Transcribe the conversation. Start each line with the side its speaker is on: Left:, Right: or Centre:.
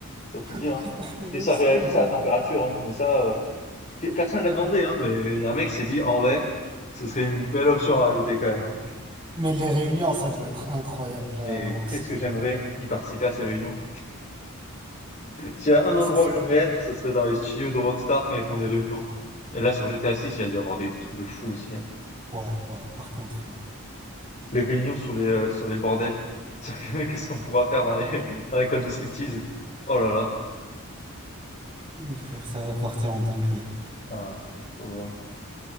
Left: Ça faut le dire.
Right: <laughs>
Left: hein.
Right: Je
Left: Et ça
Right: sais,
Left: réagissait
Right: ouais.
Left: à la température, hein. Mais ça, euh, que- personne l'a demandé, hein. Mais un mec s'est dit, en vrai, ce serait une belle option à rajouter quand même. hein.
Right: Mais les réunions, ça doit être incroyable, la
Left: Mais
Right: Rockstar.
Left: qu'est-ce que j'aimerais y participer à ces réunions. S'il y a
Right: Oui,
Left: un endroit
Right: ce soir.
Left: où j'aimerais être, ce serait dans les studios de Rockstar quand ils font
Right: Ouais,
Left: des réunions.
Right: frère.
Left: Et là, sur GTA 6, il y a dû avoir des trucs de fou aussi. hein.
Right: Ouais, ouais, par contre, ouais.
Left: Les réunions sur les euh, sur les bordels. Sur que- <laughs> Qu'est-ce qu'on pourra faire dans les <laughs> dans les clubs de striptease. Oh là là.
Right: Oui, frère, ça va partir en dinguerie.
Left: Ah, ça va être trop drôle.